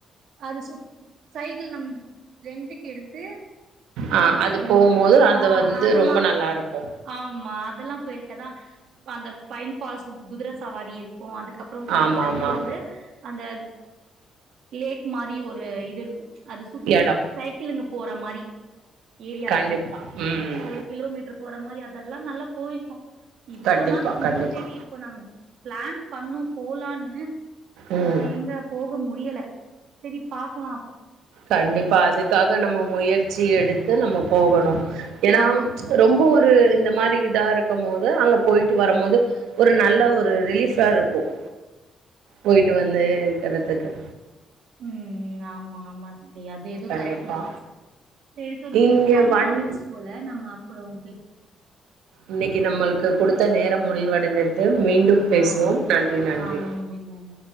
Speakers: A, on the right; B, on the right.
A: அது சுத். சைக்கிள் நம்ப ரெண்டுக்கு எடுத்து.
B: ஆ
A: சுத்தி
B: அது
A: வரணு.
B: போம்போது அது
A: ஆஹ
B: வந்து
A: அதெல்லா
B: ரொம்ப நல்லா இருக்கு
A: ஆமா அதெல்லா போயிருக்கதா. அந்த பைன் பாரஸ்ட் குதர சவாரி இருக்கு. ப்போ அதுக்கப்புறோ கொஞ்சோ
B: ஆமா
A: தல்லி
B: ஆமா
A: வந்து அந்த. லேக் மாரி ஒரு இது இருக்கு. அது சுத்தி
B: எடோ
A: சைக்கிளிங்கு. போற மாரி. ஏரியா
B: கண்டிப்பா
A: இருக்கும.
B: ம்
A: ஒரு கிலோமீட்டர் போற மாரி அதெல். எல்லாம் நல்லா போயிருக்கும் இப்போதான்
B: கண்டிப்பா
A: கொஞ்சம்
B: கண்டிப்பா
A: சோரி இப்போ நம் பிளான் பண்ணும் போலான்னு ம்
B: ம்
A: ஆஹ் எங்க போக முடியலை சரி பா க்லா
B: கண்டிப்பா அதுக்காக நம்ம முயற்சி எடு த்து நம்ம போகணும் ஏன்னா
A: ஆமா.
B: ரொம்ப ஒரு இந்த மாதிரி இதா இருக்கும் போது அங்க போயிட்டு வரும்போது ஒரு நல்ல ஒரு ரிலீஃபா இருக்கும் போயிட்டு வந்து இருக்கிறதுதுக்கு
A: உம் ஆமா ஆமா ல்ல அது இது
B: கண்டிப்பா
A: கரெக்ட்தா <unintelligible>
B: இங்க
A: டைம்
B: வண்
A: ஆயடுச்சு போல நம்ம <unintelligible>
B: ந்னே நம்மளுக்கு கொடுத்த நேரம் முடிவடை து மீண்டும் பேசுவோம்
A: ஆ.
B: நன்றி நன்றி
A: ஆ மேம்